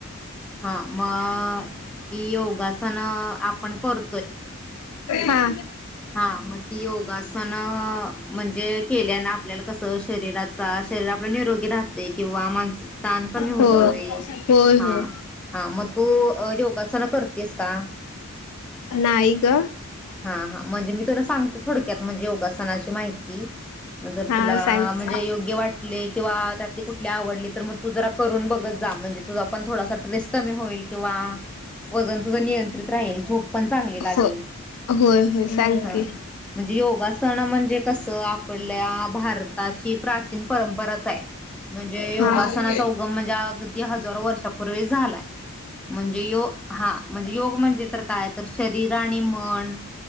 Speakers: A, in the centre; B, on the left.
A: हा मग ही योगासनं आपण करतोय
B: हा
A: हा मग ती योगासनं म्हणजे केल्यानं आपल्याला कसं शरीरात शरीर आपलं निरोगी राहतंय किंवा मानसिक ताण कमी
B: हा
A: होतोय
B: हो होय
A: हा
B: होय
A: हा मग तू अ योगासनं क करतेस का?
B: नाही ग
A: हा हा म्हणजे मी तुला सांगते थोडक्यात म्हणजे योगासनाची माहिती. मग जर
B: हा
A: तुला आ..
B: सांगते
A: म्हणजे योग्य वाटले किंवा त्यातले कुठले आवडले तर मग तू जरा करून बघत जा. म्हणजे तुझा पण थोडासा ट्रेस कमी होईल किंवा वजन तुझं नियंत्रित राहील झोप पण चांगली लागेल.
B: हो होय होय सांग
A: हा
B: की
A: म्हणजे योगासन म्हणजे कसं आपल्या भारताची प्राचीन परंपराच आहे. म्हणजे योगासनाचा
B: हा होय.
A: उगम म्हणजे अगदी हजारो वर्षापूर्वीच झालाय. म्हणजे यो हा म्हणजे योग म्हणजे तर काय तर शरीर आणि मन